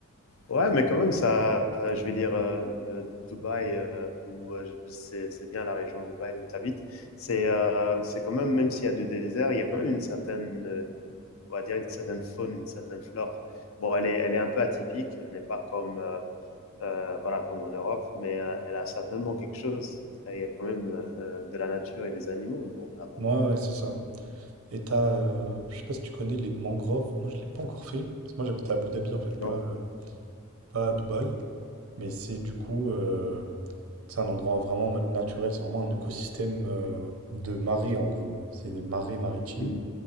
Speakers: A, on the left; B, on the right.
A: Ouais, mais quand même, ça, euh, je vais dire, euh, euh, Dubaï, euh, où euh, je- c'est c'est bien la région de Dubaï où tu habites, c'est euh, c'est quand même, même s'il y a du désert, il y a quand même une certaine, euh, on va dire, une certaine faune, une certaine flore. Bon, elle est, elle est un peu atypique, elle n'est pas comme, euh, euh, voilà, comme en Europe, mais euh, elle a certainement quelque chose. Il y a quand même euh, de la nature et des animaux là-bas.
B: Moi, ouais, c'est ça. Et t'as, euh, je sais pas si tu connais les mangroves. Moi, je l'ai pas encore fait. Parce que moi, j'habite à Abu Dhabi, en fait, pas,
A: Non.
B: euh, pas à Dubaï. Mais c'est du coup, euh, c'est un endroit vraiment ma- naturel. C'est vraiment un écosystème euh, de marée, en gros. C'est des marées maritimes.
A: Mhm,